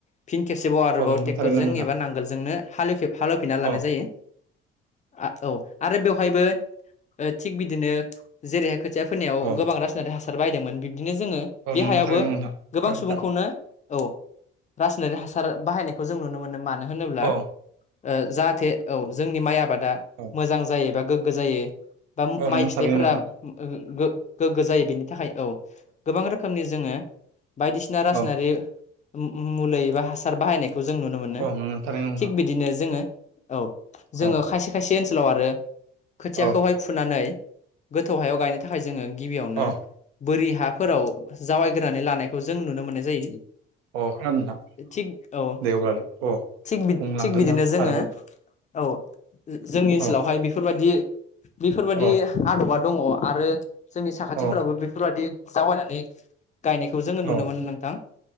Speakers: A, on the left; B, on the right.
A: फिन खेबसेबाव आरोबाव
B: औ नोंथां
A: ट्रेक्टरजों
B: थारैनो नंगौ नोंथां
A: एबा नांगोलजोंनो हालेव हालेवफिनना लानाय
B: औ
A: जायो आ औ आरो बे। बेहायबो थिग बिदिनो जेरैहाय खोथिया फोननायाव
B: औ
A: गोबां रासायनारि हासार बाहायदोंमोन। बिदिनो जोङो
B: औ
A: बे
B: नंगौ
A: हायावबो
B: थारैनो नंगौ नोंथां
A: गोबां
B: थार
A: सुबुंखौनो
B: खोथा
A: औ। रासायनारि हासार बाहायनायखौ जों नुनो मोनो मानो होनोब्ला
B: औ
A: जाहाथे औ जोंनि माइ आबादा
B: औ
A: मोजां जायो एबा गोग्गो जायो। बा
B: औ
A: माइ
B: नोंगौ
A: फिथाइफोरा
B: थारैनो नोंथां
A: गोग्गो जायो बेनि थाखाय औ गोबां रोखोमनि जोङो बायदिसिना रासायनारि
B: औ
A: मुलि एबा हासार बाहायनाय जों नुनो मोनो
B: औ नोंगौ थारैनो नोंथां
A: थिख बिदिनो जोङो औ जों
B: औ
A: खायसे ओनसोल ओनसोलाव आरो खोथियाखौहाय
B: औ
A: फुनानै गोथौ हायाव गायनो थाखाय जोङो। गिबियावनो
B: औ
A: बोरि हाफोराव जायैग्रोनानै लानायखौ जों नुनो मोननाय जायो।
B: अ खोनादों नोंथां
A: थिग औ
B: दे अब्लालाय अ।
A: थिग
B: बुंलांदो
A: थिग बिदिनो
B: नोंथां
A: जोङो।
B: आरोबाव
A: औ जोंनि ओनसोलावहाय
B: औ
A: बेफोर बायदि बेफोर बायदि
B: औ
A: आदबा दङ आरो जोंनि साखाथिफोराबो
B: औ
A: बेफोर बायदि जायैनानै गायनायखौ जोङो नुनो
B: औ
A: मोनो नोंथां